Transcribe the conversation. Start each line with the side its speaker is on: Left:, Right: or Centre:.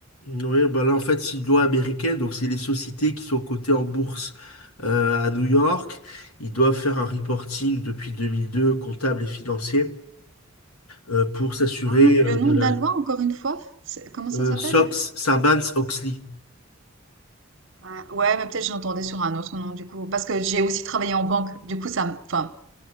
Left: Oui, bah là en fait c'est une loi américaine, donc c'est les sociétés qui sont cotées en bourse euh, à New York. Ils doivent faire un reporting depuis 2002, comptable et financier, euh, pour s'assurer
Right: Ah, le
Left: euh, de
Right: nom
Left: la
Right: de la loi, encore une fois, c'est- comment ça
Left: euh,
Right: s'appelle?
Left: SOX, Sarbanes-Oxley.
Right: Ah, ouais, mais peut-être j'entendais sur un autre nom, du coup. Parce que j'ai aussi travaillé en banque. Du coup, ça, me- enfin,